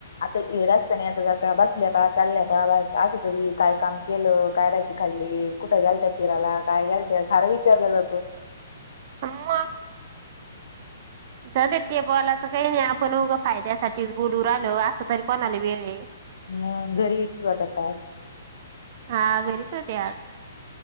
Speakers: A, on the left (about 80°); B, on the right (about 45°).
A: आता हे रस्ता नाही आता जात बसल्या का चालल्या का बस असं तरी काय काम केलं काय पाहिजी खाल्ली कुठं गल त्या फिरायला काय घल सारं विचारलं जातं
B: आमा ज ते बॉलाचं काही नाही आपण उगं फायद्यासाठीच बोलू आलो असं तरी कोणाला वेळ
A: अ घरी यायचता काज
B: हा घरीच होते्या